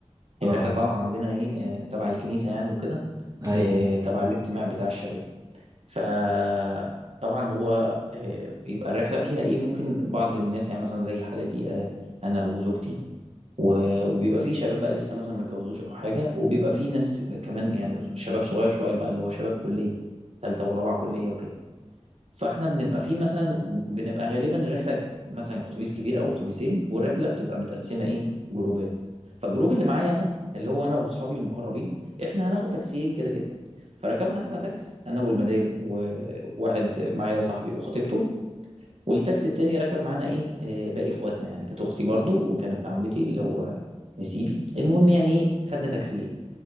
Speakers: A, on the right; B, on the right.
A: هي
B: اه
A: رحله طالعه عندنا ايه اه تبع الكنيسه يعني وكده
B: ايوه
A: اه تبع الاجتماع بتاع الشباب فطبعا هو اه بيبقى الرحله فيها ايه ممكن بعض الناس يعني مثلا زي حالتي اه انا وزوجتي و- وبيبقى فيه شباب بقى لسه مثلا ما اتجوزوش او حاجه وبيبقى فيه ناس كمان يعني شباب صغير شويه بقى اللي هو شباب كليه ثالثه ورابعه كليه وكده فاحنا بنبقى فيه مثلا بنبقى غالبا الرحله مثلا اتوبيس كبير او اتوبيسين والرحله بتبقى متقسمه ايه جروبات فالجروب اللي معايا انا اللي هو انا واصحابي المقربين احنا هناخد تاكسيين كده كده فركبنا احنا تاكس انا والمدام وواحد معايا صاحبي وخطيبته والتاكسي التاني ركب معانا ايه آه، باقي اخواتنا يعني كانت اختي برضو وكان ابن عمتي اللي هو نسيبي
B: مم.
A: المهم يعني ايه خدنا تاكسيين